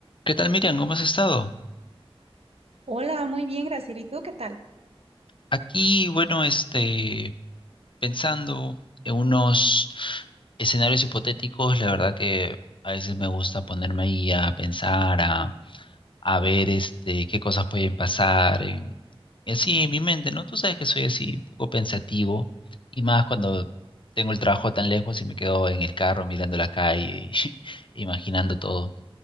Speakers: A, on the left (about 55°); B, on the right (about 80°).
A: ¿Qué tal, Miriam? ¿Cómo has estado?
B: Hola, muy bien, Graciela. ¿Y tú qué tal?
A: Aquí, bueno, este, pensando en unos escenarios hipotéticos, la verdad que a veces me gusta ponerme ahí a pensar, a, a ver, este, qué cosas pueden pasar, en- y así en mi mente, ¿no? Tú sabes que soy así, un poco pensativo, y más cuando tengo el trabajo tan lejos y me quedo en el carro mirando la calle y <laughs> imaginando todo.